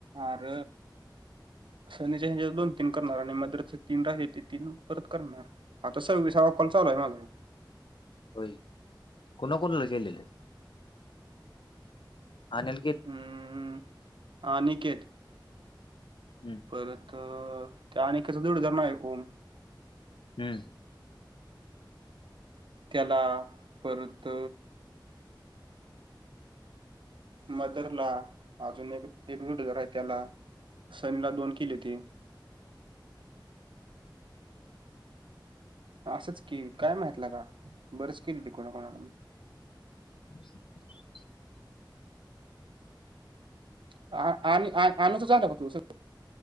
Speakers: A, on the right; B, on the left.
A: आर सनीच्या ह्याच्यात दोन- तीन करणार आणि मदरचे तीन राहिल्यात ते तीन परत करणार. आता सव्वीसावा कॉल चालू हाय माझा.
B: होय. कुणा कुणाला केलेल? अन्या-
A: अं अनिकेत.
B: हं.
A: परत त्या अनिकेतचा जोडीदार ना ए ओम.
B: हम्म.
A: त्याला परत- मदर ला अजून एक एक वूट घर आहे त्याला. सनीला दोन केलीत. असच की. काय माहीत लेका. बरेच केलते कोणा कोणाला.
B: ह
A: आ आ आणि आनूचं झाल का <unintelligible>